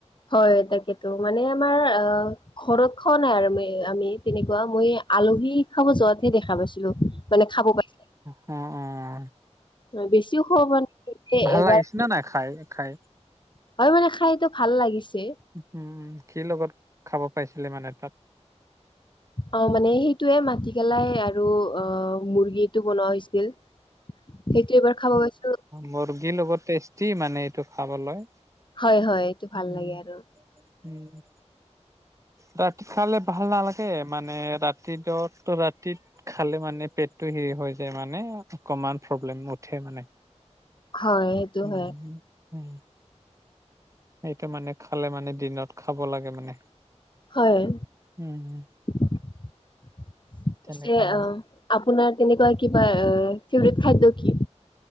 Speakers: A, on the left; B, on the right.
A: হয় তাকেতো মানে আমাৰ অঁ ঘৰত খোৱা নাই আৰু আমি তেনেকুৱা মই আলহী খাব যোৱাতহে দেখা পাইছিলো। মানে খাব পাৰি।
B: অঁ অঁ অঁ
A: বেছিও খ ম এবাৰ-
B: ভাল লাগিছিলে নাই খাই খাই
A: হয় মানে খাইতো ভাল লাগিছে।
B: উম কি লগত খাব পাইছিলি মানে তাত।
A: অ মানে সেইটোয়ে মাটিকেলাই আৰু অ মুৰ্গী- বনোৱা হৈছিল সেইটো এইবাৰ খাব গৈছোঁ।
B: মৰ্গীৰ লগত টেষ্টি মানে এইটো খাবলৈ।
A: হয় হয় এইটো ভাল
B: উম
A: লাগে আৰু।
B: উম তাত খালে ভাল নালাগে মানে ৰাতিটোত ৰাতিত। খালে মানে পেটটো হেৰি হৈ যায় মানে অকমান প্ৰব্লেম উঠে মানে।
A: হয় সেইটো
B: উম
A: হয়
B: উম, সেইটো মানে খালে মানে দিনত খাব লাগে মানে।
A: হয়,
B: উম
A: পিছে-
B: তেনেকা মানে
A: আপোনাৰ তেনেকুৱা কিবা ফেভাৰেট খাদ্য কি?